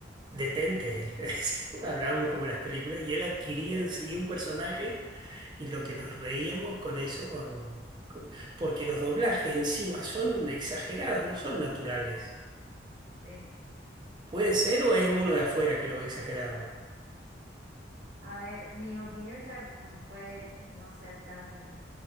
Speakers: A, on the right; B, on the right.
A: detente. <laughs> le decía. Hablábamos como en las películas y él adquiría enseguida un personaje y lo que nos reíamos con eso, con, con- porque los doblajes encima son exagerados, no son naturales.
B: Sí,
A: Puede
B: sí,
A: ser o
B: sí.
A: es uno de afuera que lo ve exagerado.
B: A ver, mi opinión ya mm, puede no ser tan